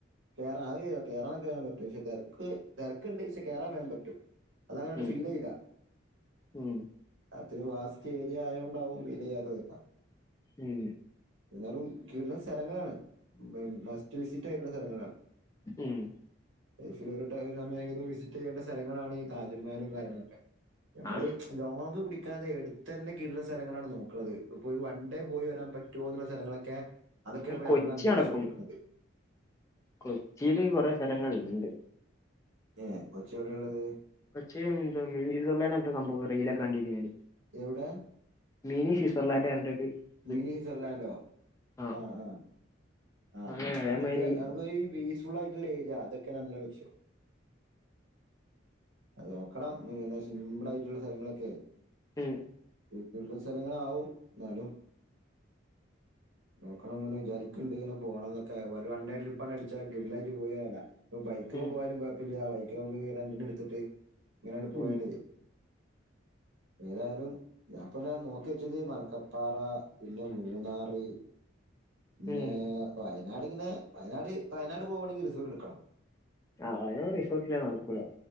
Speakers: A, on the right; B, on the left.
A: കേറാ അത് കേറാക്കെ വേം പറ്റും ക്ഷെ തെരക്ക് തെരക്ക്ണ്ട് ക്ഷെ കേറാൻ വേം പറ്റും. അതങ്ങനാട്ട്
B: ഉം
A: ഫീൽ യ്താ?
B: ഉം
A: അത് വാസ്റ്റ് ഏരിയ ആയോണ്ടാവും വിലയ ത്തത്.
B: ഉം
A: എന്നാലും കിട്ലം സ്ഥലങ്ങളാണ് മ മസ്റ്റ് വിസിറ്റ് ആയിട്ടുള്ള സ്ഥലങ്ങളാണ്.
B: ഏഹ്
A: ലൈഫിൽ ഒരു ടൈം സമയങ്കിലും വിസിറ്റ് ചെയ്യേണ്ട സ്ഥലങ്ങളാണ് ഈ താജ്മഹലും കാര്യങ്ങളൊക്കെ നമ്മള്
B: ആണ്
A: ലോങ് കുടിക്കാതെ എട്ത്തന്നെ കിട്ലം സ്ഥലങ്ങളാണ് നോക്ക്ണത് ഇപ്പൊ ഒരു വൺ ഡേ പോയി വരാൻ പ റ്റോന്നുള്ള സ്ഥലങ്ങളക്കെ അതൊക്കെയാ
B: അങ്ങനെ
A: പ്പോ
B: കൊച്ചി
A: നമ്മൾ അന്വേഷിച്ചോണ്ട്
B: നടക്കും
A: ക്ക്ണത്.
B: കൊച്ചിയില് കൊറെ സ്ഥലങ്ങള്ണ്ട്.
A: ഏഹ് ഒച്ച എഒടെ ള്ളേ?
B: പച്ചേ <unintelligible> സംഭവം റീലക്കെ കണ്ടിനി ഞാന്.
A: എഒടെ?
B: മീനി സ്വിറ്റ്സർലാൻഡ് <unintelligible>
A: മിനി സർലാൻഡോ?
B: ആ
A: ആഹ് ആഹ് ആഹ്
B: അങ്ങനെ അതേമാതിരി
A: അതൊക്കെ നമുക്ക് ഈ പീസ്ഫുൾ ആയിട്ടുള്ള ഏരിയ അതൊക്കെ നമ്മളെ വിക്ഷം. അത് നോക്കണം ഇങ്ങനെ സിംപിൾ ആയിട്ടുള്ള സ്ഥലങ്ങളൊക്കെ
B: ഉം
A: വീട്ടുള്ള സ്ഥലങ്ങളാവും ന്നാലും നോക്കണന്ന് വിചാരിക്ക്ണ്ട് ങ്ങനെ പോണന്നൊക്കെ ഒരു വണ്ടേ ട്രിപ്പ് ആണ്ട് അടിച്ചാ ഗ്രില്ലായിട്ട് പോയി വരാല്ല. ഇപ്പൊ ബൈക്ക്
B: ഉം
A: പോയാലും കൊഴപ്പല്ല്യ. ബൈക്ക് നമുക്ക് റെന്റിന് ട്ത്തിട്ട് ഇങ്ങനാണ്ട് പോയാലേ.
B: ഉം
A: ഏതായാലും ഞാ പന്നെ നോക്കിച്ചത് മലക്കപ്പാറ. പിന്നെ മൂന്നാറ് പിന്നെ
B: ഉം
A: വയനാട്ങ്ങനെ വയനാട് വയനാട് പോകുവാണെങ്കി റിസോർട്ട് ട്ക്കണം.
B: ആഹ് വയന റിസോർട്ടില നടക്കുല.